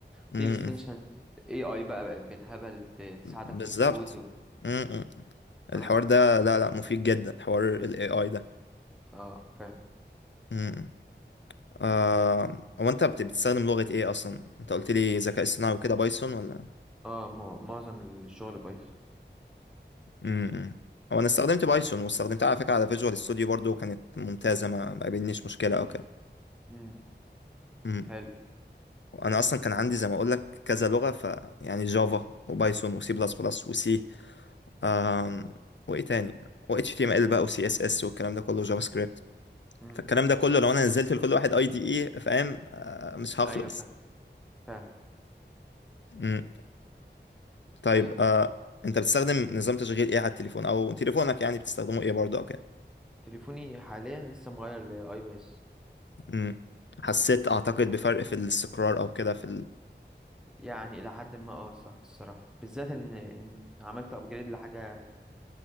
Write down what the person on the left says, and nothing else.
م-
م.
بالظبط
م- م.
الحوار ده لا لا مفيد جدا حوار الاي اي ده
م- م. آه هو انت بت- بتستخدم لغه ايه اصلا انت قلت لي ذكاء اصطناعي وكده بايثون ولا
امم هو انا استخدمت بايثون واستخدمتها على فكره على فيجوال ستوديو برضو كانت ممتازه ما ما قابلنيش مشكله او كده
امم
انا اصلا كان عندي زي ما اقول لك كذا لغه ف يعني جافا وبايثون وسي بلس بلس وسي آم، وايه تاني و اتش تي ام ال بقى وسي اس اس والكلام ده كله جافا سكريبت
فالكلام ده كله لو انا نزلت لكل واحد اي دي اي فاهم آه، مش هخلص
امم طيب
آه، انت بتستخدم نظام تشغيل ايه على التليفون او تليفونك يعني بتستخدمه ايه برضه او كده
امم حسيت اعتقد بفرق في الاستقرار او كده في